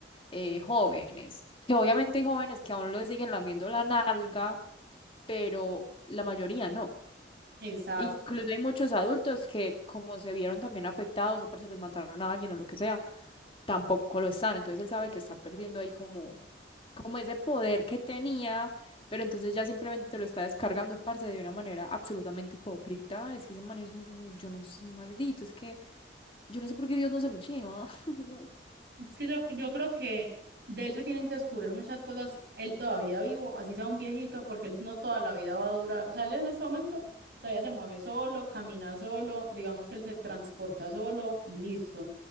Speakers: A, on the left (about 30°); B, on the right (about 60°).
A: eh, jóvenes, que obviamente hay jóvenes que aún lo siguen lamiendo la nalga, pero la mayoría no.
B: Exacto.
A: Incluso hay muchos adultos que, como se vieron también afectados o porque se les mataron a alguien o lo que sea, tampoco lo están. Entonces él sabe que está perdiendo ahí como, como ese poder que tenía, pero entonces ya simplemente lo está descargando, parce, de una manera absolutamente hipócrita. Es que ese man es un, yo no sé, un maldito, es que yo no sé por qué Dios no se lo lleva. <laughs>
B: Es que yo, yo creo que de él se tienen que descubrir muchas cosas. Él todavía vivo, así sea un viejito, porque él no toda la vida va a durar. O sea, él en este momento todavía se mueve solo, camina solo, digamos que él se transporta solo y listo.